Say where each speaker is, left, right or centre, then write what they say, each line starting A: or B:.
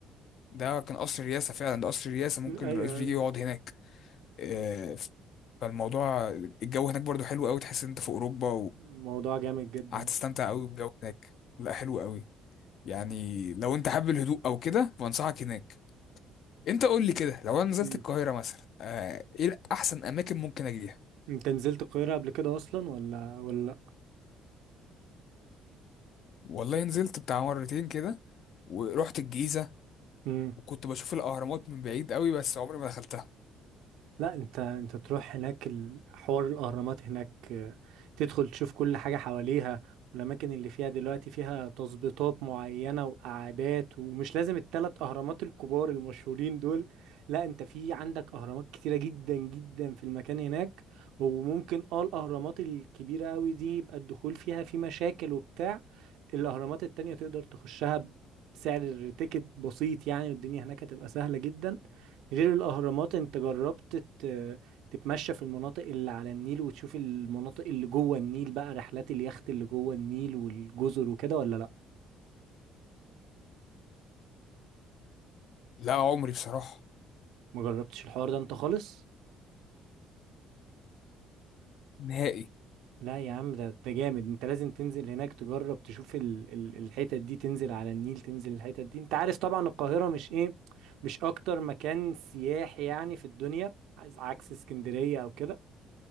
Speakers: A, on the left (about 60°); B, on the right (about 85°).
A: ده كان قصر الرئاسة فعلا ده قصر الرئاسة ممكن
B: مم. ايوه
A: الرئيس
B: ايوه
A: بيجي
B: أيوة.
A: يقعد هناك آه، فالموضوع الجو هناك برضو حلو قوي تحس إن انت في اوروبا
B: الموضوع جامد جدا
A: وهتستمتع قوي بالجو هناك لا حلو قوي يعني لو انت حابب الهدوء او كده فانصحك هناك انت قول لي كده لو انا نزلت
B: مم.
A: القاهره مثلا آه، ايه احسن اماكن ممكن اجيها
B: انت نزلت القاهرة قبل كده اصلا ولا ولا
A: والله نزلت بتاع مرتين كده ورحت الجيزه
B: لا
A: وكنت بشوف الاهرامات من بعيد قوي بس عمري ما دخلتها
B: لا انت انت تروح هناك ال- حوار الاهرامات هناك آه، تدخل تشوف كل حاجه حواليها والاماكن اللي فيها دلوقتي فيها تظبيطات معينه وقعدات ومش لازم الثلاث اهرامات الكبار المشهورين دول لا انت في عندك اهرامات كتيره جدا جدا في المكان هناك وممكن اه الاهرامات الكبيره قوي دي يبقى الدخول فيها في مشاكل وبتاع الاهرامات التانية تقدر تخشها بسعر تيكت بسيط يعني والدنيا هناك هتبقى سهله جدا غير الأهرامات أنت جربت ت- تتمشى في المناطق اللي على النيل وتشوف المناطق اللي جوه النيل بقى رحلات اليخت اللي جوه النيل والجزر وكده ولا لأ
A: لا عمري بصراحه
B: ما جربتش الحوار ده أنت خالص
A: نهائي
B: لا يا عم ده ده جامد أنت لازم تنزل هناك تجرب تشوف ال ال الحتت دي تنزل على النيل تنزل الحتت دي أنت عارف طبعا القاهرة مش إيه مش أكتر مكان سياحي يعني في الدنيا عز- عكس اسكندرية أو كده